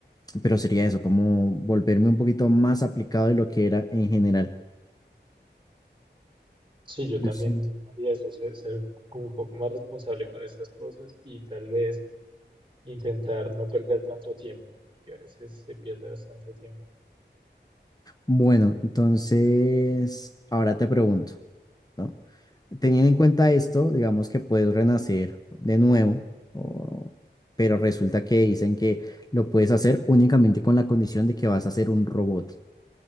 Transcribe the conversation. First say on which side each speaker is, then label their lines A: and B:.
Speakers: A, on the left; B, on the right.
A: pero sería eso, como volverme un poquito más aplicado de lo que era en general.
B: Sí, yo
A: Yo
B: también
A: siento.
B: haría eso, ser, ser como un poco más responsable con estas cosas y tal vez intentar no perder tanto tiempo, porque a veces se pierde bastante tiempo.
A: Bueno, entonces, ahora te pregunto, ¿no? Teniendo en cuenta esto, digamos que puedes renacer de nuevo, o- pero resulta que dicen que lo puedes hacer únicamente con la condición de que vas a ser un robot,